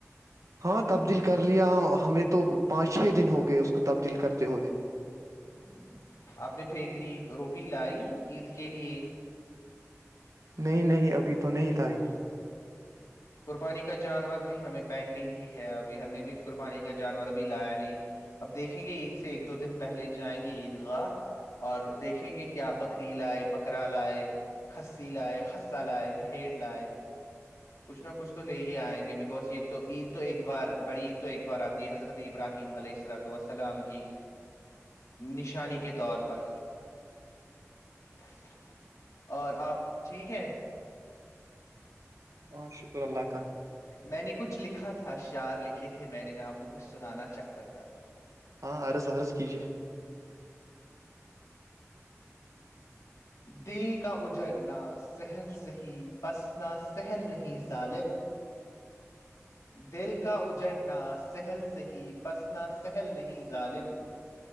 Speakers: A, on the right; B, on the left.
A: ہاں تبدیل کر لیا ہمیں تو پانچ چھ دن ہو گئے اس کو تبدیل کرتے ہوئے
B: ہ آپ نے بیکری روٹی لائی عید کے لیے
A: نہیں نہیں ابھی تو نہیں تھا ہی
B: قربانی کا جانور بھی ہمیں پینڈنگ ہی ہے ابھی ہم نے بھی قربانی کا جانور اب لایا نہیں اب دیکھیں گے عید سے ایک دو دن پہلے جائیں گے عید گاہ اور دیکھیں گے کیا بکری لائے بکرا لائے کسی لائے خہ لائے بھیڑ لائے کچھ نہ کچھ تو لے ہی آئیں گے بکاز یہ تو عید تو ایک بار بڑی عید تو ایک بار آتی ہے حضرت ابراہیم علیہ السلاۃسلام کی نشانی کے طور پر بپر <unintelligible> <inaudible> اور آپ ٹھیک ہے
A: ہاں شکر اللہاکا
B: میں نے کچھ لکھا تھا شعار لکھے تھے تھے میں نے میں آپ کو کچھ سنانا چاہتا تھا
A: ہاں عرس عرس کیجے
B: دل کا اجرنا سہل سہیح بسنا سہل نہیں ظالم دل کا اجڑنا سہل سہی بسنا سہل نہیں ظالم